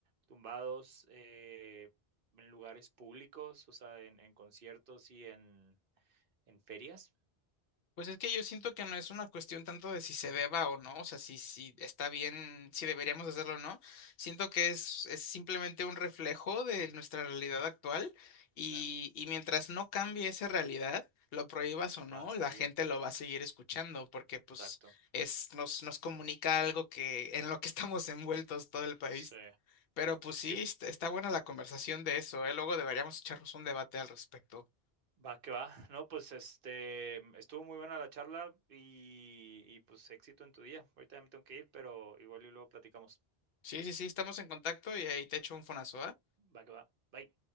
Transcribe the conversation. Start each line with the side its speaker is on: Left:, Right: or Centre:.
Right: tumbados eh, en lugares públicos, o sea, en, en conciertos y en, en ferias?
Left: Pues es que yo siento que no es una cuestión tanto de si se deba o no, o sea, si, si está bien, si deberíamos hacerlo o no. Siento que es, es simplemente un reflejo de nuestra realidad actual y,
Right: Sí,
Left: y mientras no cambie esa realidad, lo prohíbas o no,
Right: va a
Left: la
Right: seguir,
Left: gente lo va a seguir escuchando porque pues
Right: exacto.
Left: es, nos, nos comunica algo que en lo que <laughs> estamos envueltos todo el país.
Right: Sí,
Left: Pero pues sí,
Right: sí,
Left: est- está buena la conversación de eso, ¿eh? Luego deberíamos echarnos un debate al respecto.
Right: va que va. <laughs> No, pues este, estuvo muy buena la charla y, y pues éxito en tu día. Ahorita ya me tengo que ir, pero igual y luego platicamos.
Left: Sí, sí, sí, estamos en contacto y ahí te echo un fonazo, ¿va?
Right: Va que va. Bye.